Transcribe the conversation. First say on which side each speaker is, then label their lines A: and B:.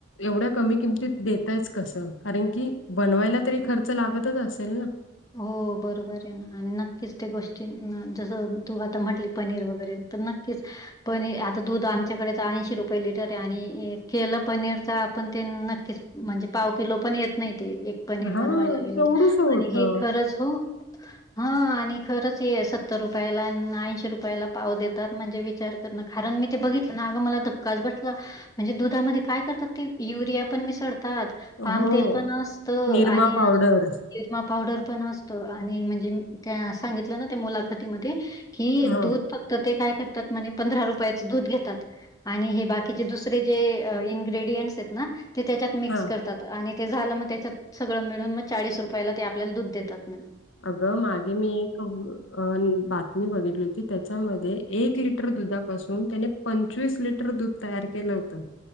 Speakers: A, on the left (about 75°); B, on the left (about 20°).
A: एवढ्या कमी किमतीत देतायच कसं कारण की बनवायला तरी खर्च लागतंच असेल न.
B: हो. बरोंबरे ना आणि नक्कीच त्या गोष्टी जसं तू आता म्हटली पनीर वगैरे त नक्कीच् पनी आता दूध आमच्याकडे त ऐंशी रुपये लिटरे आणि केलं पनीरच आपण ते नक्कीच् म्हणजे पाव किलो पण येत नई ते एक पनीर
A: हा
B: बनवायला गेलं
A: केवढूस
B: त
A: होतं.
B: आणि हे खरंच हो हा आणि खरचे सत्तर रुपयाला न ऐंशी रुपयाला पाव देतात म्हणजे विचार तर न कारण मी ते बघितलं ना अगं मला धक्काच बसला. म्हणजे दुधामध्ये काय करतात ते युरिया पण मिसळतात
A: हो.
B: पाम तेल पण असतं
A: निरमा
B: आणि
A: पावडर
B: अजु निरमा पावडर पण असतो आणि म्हणजे त्या सांगितलं ना त्या मुलाखतीमध्ये कि
A: ह
B: दूध फक्त ते काय करतात म्हणे पंधरा रुपयाचं दूध घेतात आणि हे बाकीचे दुसरे जे इन्ग्रेडियंट्सेत ना ते त्याच्यात मिक्स
A: हा
B: करतात आणि ते झालं म त्याच्यात सगळं मिळून म चाळीस रुपयाला ते आपल्याला दूध देतात म्हण्
A: अगं मागे मी एक अन बातमी बघितली होती त्याच्यामध्ये एक लिटर दुधापासून त्याने पंचवीस लिटर दूध तयार केलं होतं.